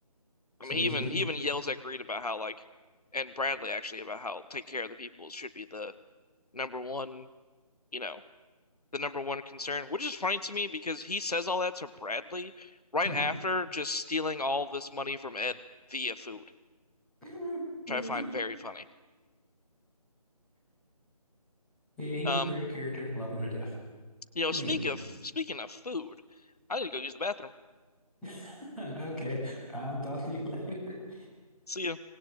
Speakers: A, in the centre; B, on the left (about 75°).
A: So
B: I mean
A: he's
B: he even
A: a good.
B: he even yells at Greed about how like and Bradley actually about how taking care of the people should be the number one you know the number one concern, which is funny to me because he says all that to Bradley right
A: <laughs>
B: after just stealing all this money from Ed via food,
A: But
B: which I find very funny.
A: yeah, he
B: Um,
A: was a great character. Love him to death.
B: You know,
A: Ling.
B: speak of speaking of food, I need to go use the bathroom.
A: <laughs> Okay, I'll talk to you <laughs> later.
B: See ya.